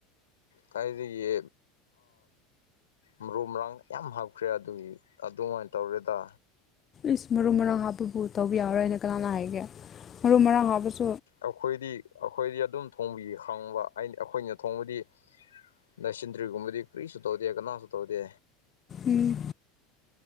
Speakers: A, on the left (about 75°); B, on the left (about 30°).
A: ꯀꯗꯥꯏꯗꯒꯤ ꯃꯔꯨ ꯃꯔꯥꯡ ꯌꯥꯝ ꯍꯥꯞꯈ꯭ꯔꯦ ꯑꯗꯨꯒꯤ ꯑꯗꯨꯃꯥꯏꯅ ꯇꯧꯔꯦꯗ
B: ꯏꯁ ꯃꯔꯨ ꯃꯔꯥꯡ ꯍꯥꯞꯄꯕꯨ ꯇꯧꯕ ꯌꯥꯔꯣꯏ ꯑꯅ ꯀꯅꯥꯅ ꯍꯥꯏꯒꯦ ꯃꯔꯨ ꯃꯔꯥꯡ ꯍꯥꯞꯄꯁꯨ
A: ꯑꯩꯈꯣꯏꯗꯤ ꯑꯩꯈꯣꯏꯗꯤ ꯑꯗꯨꯝ ꯊꯣꯡꯕꯤ ꯈꯪꯕ ꯑꯩꯈꯣꯏꯅ ꯊꯣꯡꯕꯗꯤ ꯗꯥꯏꯁꯟꯇꯔꯤꯒꯨꯝꯕꯗꯤ ꯀꯔꯤꯁꯨ ꯇꯧꯗꯦ ꯀꯅꯥꯁꯨ ꯇꯧꯗꯦ
B: ꯎꯝ